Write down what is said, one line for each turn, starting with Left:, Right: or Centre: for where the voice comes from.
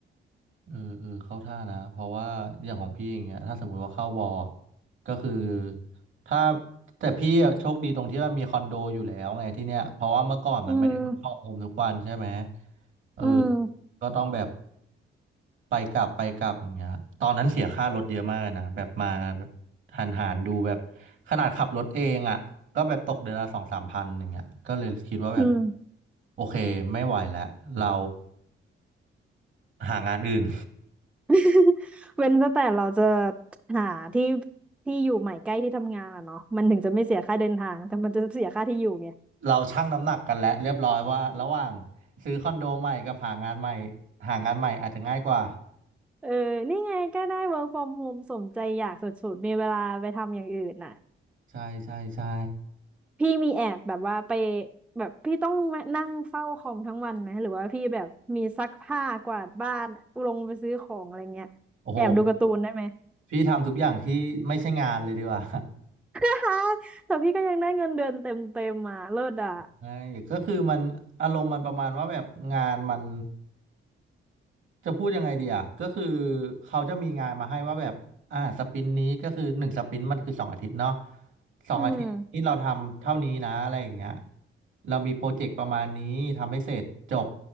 Right: เออเออเข้าท่านะเพราะว่าอย่างของพี่อย่างเงี้ยถ้าสมมุติว่าเข้าบอลอะก็คือถ้าแต่พี่อะโชคดีตรงที่ว่ามีคอนโดอยู่แล้วไงที่เนี้ยเพราะว่าเมื่อก่อนมันไม่ได้เวิร์กอรโฮมทุกวันใช่ไหม
Centre: อืม
Right: เออ
Centre: อืม
Right: ก็ต้องแบบไปกลับไปกลับอย่างเงี้ยตอนนั้นเสียค่ารถเยอะมากเลยนะแบบมาแบบหันหันดูแบบขนาดขับรถเองอ่ะก็แบบตกเดือนละสองสามพันอย่างเงี้ยก็เลยคิดว่าแบบ
Centre: อืม
Right: โอเคไม่ไหวแล้วเราหางานอื่น
Centre: <laughs> เว้นแต่เราจะหาที่ที่อยู่ใหม่ใกล้ที่ทำงานอะเนาะมันถึงจะไม่เสียค่าเดินทางแต่มันจะเสียค่าที่อยู่ไง
Right: เราชั่งน้ำหนักกันแล้วเรียบร้อยว่าระหว่างซื้อคอนโดใหม่กับหางานใหม่หางานใหม่อาจจะง่ายกว่า
Centre: เออนี่ไงก็ได้ work from home สมใจอยากสุดๆมีเวลาไปทำอย่างอื่นน่ะ
Right: ใช่ใช่ใช่
Centre: พี่มีแอบแบบว่าไปแบบพี่ต้องมานั่งเฝ้าคอมทั้งวันไหมหรือว่าพี่แบบมีซักผ้ากวาดบ้านลงไปซื้อของอะไรเงี้ยแอบดูการ์ตูนได้ไหม
Right: โอ้โหพี่ทำทุกอย่างที่ไม่ใช่งานเลยดีกว่า
Centre: <laughs> แต่พี่ก็ยังได้เงินเดือนเต็มเต็มมาเลิศอ่ะ
Right: <laughs> ใช่ก็คือมันอารมณ์มันประมาณว่าแบบงานมันจะพูดยังไงดีอ่ะก็คือเขาจะมีงานมาให้ว่าแบบอ่าสปรินต์นี้ก็คือหนึ่งสปรินต์มันคือสองอาทิตย์เนาะสองอาทิตย์นี้เราทำเท่านี้นะอะไรอย่างเงี้ย
Centre: อืม
Right: เรามีโปรเจกต์ประมาณนี้ทำให้เสร็จจบ